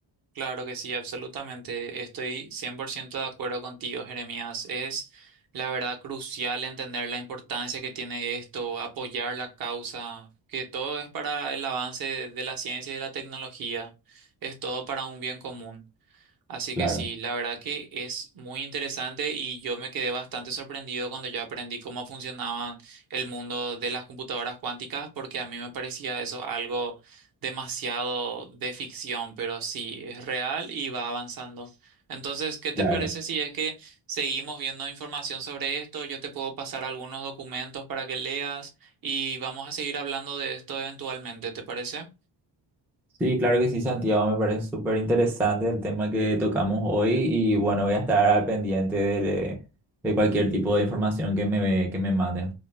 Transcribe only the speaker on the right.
Claro que sí, absolutamente. Estoy 100% de acuerdo contigo, Jeremías. Es la verdad crucial entender la importancia que tiene esto, apoyar la causa, que todo es para el avance de la ciencia y de la tecnología. Es todo para un bien común. Así
que sí, la verdad que es muy interesante y yo me quedé bastante sorprendido cuando yo aprendí cómo funcionaba el mundo de las computadoras cuánticas, porque a mí me parecía eso algo demasiado de ficción, pero sí, es real y va avanzando. Entonces, ¿qué te
parece si es que seguimos viendo información sobre esto? Yo te puedo pasar algunos documentos para que leas y vamos a seguir hablando de esto eventualmente, ¿te parece?